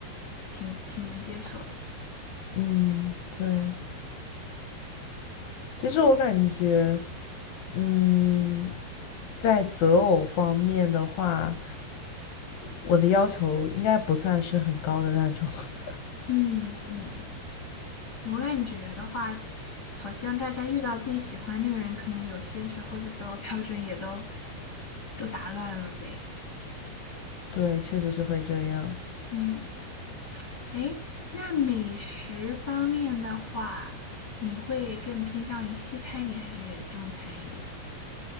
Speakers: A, on the left; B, on the left.
A: 挺挺能接受的。
B: 嗯，对。其实我感觉。嗯，在择偶方面的话，我的要求应该不算是很高的那种。<laughs>
A: 嗯，嗯。我感觉的话，好像大家遇到自己喜欢那个人，可能有些时候的择偶标准也都都打乱了呗。
B: 对，确实是会这样。
A: 嗯，诶，那美食方面的话，你会更偏向于西餐一点还是中餐一点？